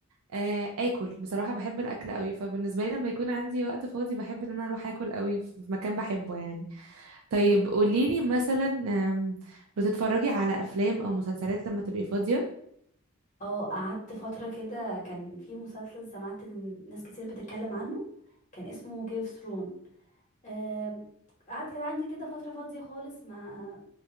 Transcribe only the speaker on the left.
اه قعدت فترة كده كان في مسلسل سمعت إن ناس كتير بتتكلم عنه كان اسمه جيم اوف ثرون آم، قعد كان عندي كده فترة فاضية خالص ما